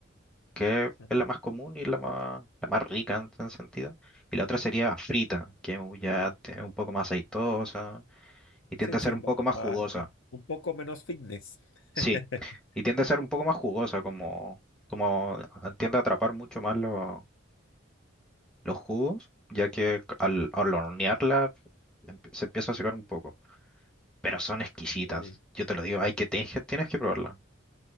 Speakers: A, in the centre; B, on the left (about 80°).
A: que
B: Ujú.
A: es la más común y la más, la más rica en ese sentido. Y la otra sería frita, que ya es un poco más aceitosa y tiende
B: Sí,
A: a
B: sí,
A: ser
B: un
A: un
B: poco
A: poco más
B: más,
A: jugosa.
B: un, un poco menos fitness.
A: Sí,
B: <laughs>
A: y tiende a ser un poco más jugosa, como, como ah, tiende a atrapar mucho más lo- los jugos, ya que al, al hornearla empie- se empieza a secar un poco. Pero son exquisitas,
B: Sí,
A: yo te lo digo, hay que, tienes que tienes que probarla.